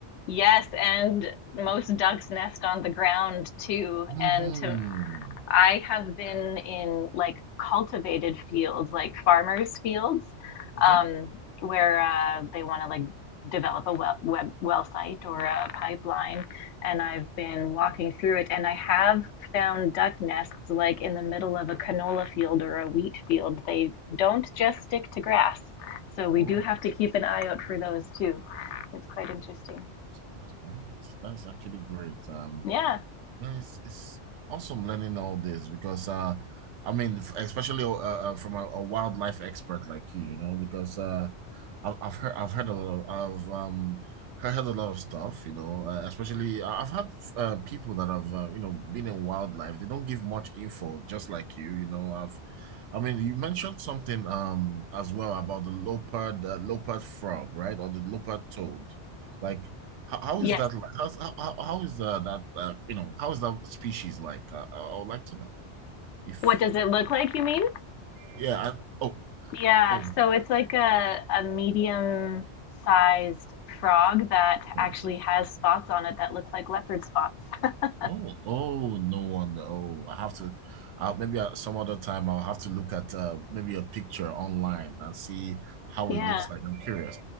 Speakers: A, on the left; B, on the right.
A: Yes, and most ducks nest on the ground too.
B: hmm
A: And to I have been in like cultivated fields, like farmers' fields,
B: Okay.
A: um, where uh, they want to like develop a well, web, well site or a pipeline. And I've been walking through it, and I have found duck nests like in the middle of a canola field or a wheat field. They don't just stick to grass, so we
B: Oh,
A: do have to keep an eye out for those too. It's quite interesting.
B: that's great. That's actually great. Um,
A: Yeah.
B: No, it's it's awesome learning all this because uh I mean f- especially uh, uh, from a, a wildlife expert like you, you know, because uh I've, I've heard I've heard a lot of I've um heard, heard a lot of stuff, you know, uh, especially I- I've had uh, people that have uh, you know been in wildlife. They don't give much info, just like you, you know. I've I mean you mentioned something um as well about the leopard uh, leopard frog, right? Or the leopard toad. Like how, how
A: Yes.
B: is that like? How's, how, how how is uh, that uh, you know how is that species like? Uh, I, I would like to know if
A: What does it look like, you mean?
B: yeah. I, oh
A: Yeah,
B: oh
A: so it's like a, a medium sized frog that
B: no
A: actually has spots on it that look like leopard spots. <laughs>
B: no. oh no wonder oh I have to uh, maybe uh, some other time I'll have to look at uh, maybe a picture online and see how
A: Yeah,
B: it looks like. I'm curious.